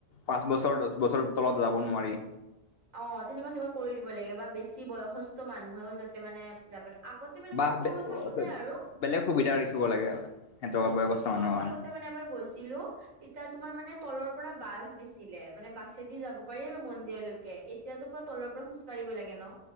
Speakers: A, on the left (about 60°); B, on the right (about 85°).
A: পাঁচ বছৰ দহ বছৰ তলত যাব নোৱাৰি
B: অ তেনেকুৱা কিবা কৰি দিব লাগে বা বেছি বয়সস্থ মানুহেও যাতে মানে যাব আগতে মানে
A: বাহ
B: মোক সৰু থাকোতে
A: বে
B: আৰু
A: বেলেগ সুবিধা ৰাখিব লাগে সিহঁতৰ
B: উম
A: বয়সস্থ
B: সৰু
A: মানুহৰ
B: থাকোতে
A: কাৰণে
B: মানে এবাৰ গৈছিলো তেতিয়া তোমাৰ মানে তলৰ পৰা বাছ দিছিলে মানে বাছেদি যাব পাৰি আৰু মন্দিৰলৈকে এতিয়াতো পুৰা তলৰ পৰা খোজকাঢ়িব লাগে ন